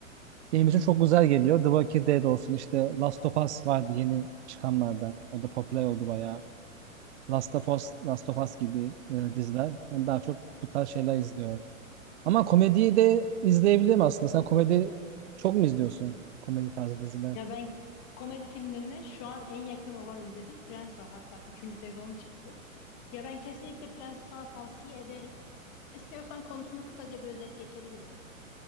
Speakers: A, on the right; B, on the left.
A: Benim için çok güzel geliyor. The Walking Dead olsun işte Last of Us vardı yeni çıkanlarda. O da popüler oldu bayağı. Last of Us, Last of Us gibi e, diziler. Ben daha çok bu tarz şeyler izliyorum. Ama komediyi de izleyebilirim aslında. Sen komedi çok mu izliyorsun? Komedi tarzı diziler.
B: Ya ben komedi filmlerine şu an en yakın olan izlediğim Prens var. Hatta üçüncü sezonu çıktı. Ya ben kesinlikle Prens'i sana tavsiye ederim. İstiyorsan konusunu kısaca bir özet geçebilirim.